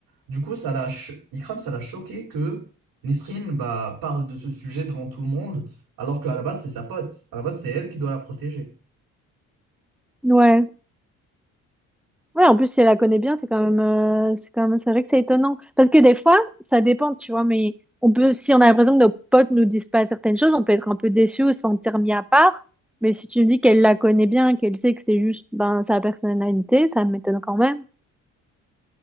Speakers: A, on the right (about 80°); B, in the centre.
A: Du coup, ça l'a cho- Ikram, ça l'a choqué que Nisrine bah, parle de ce sujet devant tout le monde, alors qu'à la base, c'est sa pote. À la base, c'est elle qui doit la protéger.
B: Ouais. Ouais, en plus, si elle la connaît bien, c'est quand même, euh, c'est quand même, c'est vrai que c'est étonnant. Parce que des fois, ça dépend, tu vois, mais on peut, si on a l'impression que nos potes nous disent pas certaines choses, on peut être un peu déçu ou se sentir mis à part. Mais si tu me dis qu'elle la connaît bien, qu'elle sait que c'est juste, ben, sa personnalité, ça m'étonne quand même.